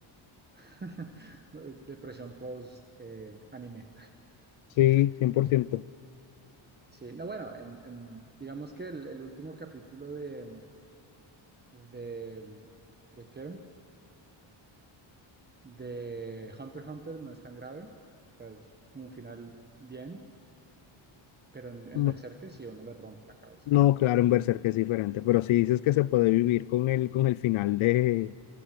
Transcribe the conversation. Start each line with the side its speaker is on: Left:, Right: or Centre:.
Right: <laughs> depresión post eh, anime.
Left: Sí, 100%.
Right: Sí, no, bueno, en, en- digamos que el, el último capítulo de, de, ¿de qué? de Hunter x Hunter no es tan grave, o sea, es como un final bien, pero en, en
Left: No,
Right: Berserker sí uno le rompe la cabeza.
Left: no, claro, en Berserk es diferente, pero si dices que se puede vivir con el, con el final de...